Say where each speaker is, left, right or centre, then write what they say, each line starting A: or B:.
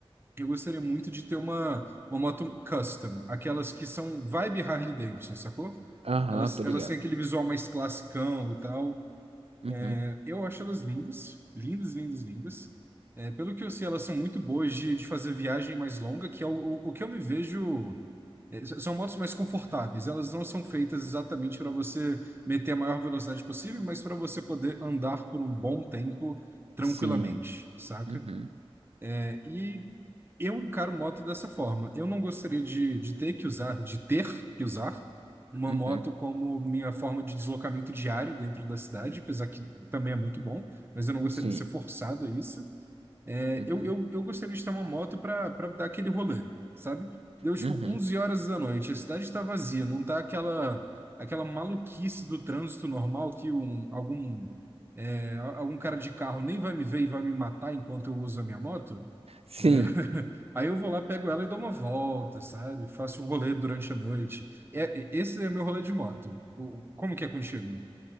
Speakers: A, on the right; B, on the right.
A: Eu gostaria muito de ter uma, uma moto custom, aquelas que são vibe Harley Davidson, sacou?
B: Aham,
A: Elas,
B: tô
A: elas
B: ligado.
A: têm aquele visual mais classicão e tal.
B: Uhum.
A: É, Eu acho elas lindas, lindas, lindas, lindas. É, pelo que eu sei, elas são muito boas de, de fazer viagem mais longa, que é o, o, o que eu me vejo. é, s- são motos mais confortáveis. Elas não são feitas exatamente para você meter a maior velocidade possível, mas para você poder andar por um bom tempo tranquilamente,
B: Sim.
A: saca?
B: Uhum.
A: É, e eu encaro moto dessa forma. Eu não gostaria de, de ter que usar, de ter que usar uma
B: Uhum.
A: moto como minha forma de deslocamento diário dentro da cidade, apesar que também é muito bom, mas eu não gostaria
B: Sim.
A: de ser forçado a isso. É,
B: Uhum.
A: eu, eu, eu gostaria de ter uma moto para dar aquele rolê, sabe? Deu tipo
B: Uhum.
A: 11 horas da noite, a cidade está vazia, não tá aquela aquela maluquice do trânsito normal que um, algum é, a- algum cara de carro nem vai me ver e vai me matar enquanto eu uso a minha moto.
B: Sim.
A: É, <laughs> Aí eu vou lá, pego ela e dou uma volta, sabe? Faço um rolê durante a noite. É, é- esse é meu rolê de moto. O- Como que é contigo?